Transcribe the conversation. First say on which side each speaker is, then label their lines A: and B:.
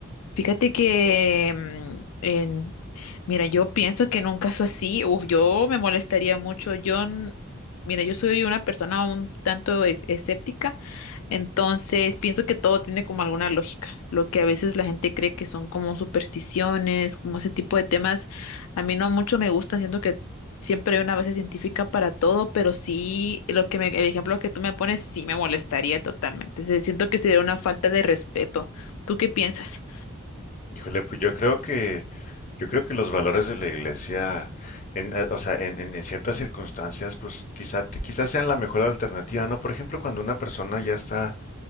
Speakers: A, on the left (about 80°); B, on the left (about 35°).
A: Fíjate que, mm, en- mira, yo pienso que en un caso así, uf, yo me molestaría mucho. Yo, n- mira, yo soy una persona un tanto e- escéptica, entonces pienso que todo tiene como alguna lógica. Lo que a veces la gente cree que son como supersticiones, como ese tipo de temas, a mí no mucho me gustan. Siento que siempre hay una base científica para todo, pero sí, lo que me, el ejemplo que tú me pones sí me molestaría totalmente. Se- Siento que sería una falta de respeto. ¿Tú qué piensas?
B: Híjole, pues yo creo que... Yo creo que los valores de la iglesia, en, eh, o sea, en, en- en ciertas circunstancias, pues quizá, quizás sean la mejor alternativa, ¿no? Por ejemplo, cuando una persona ya está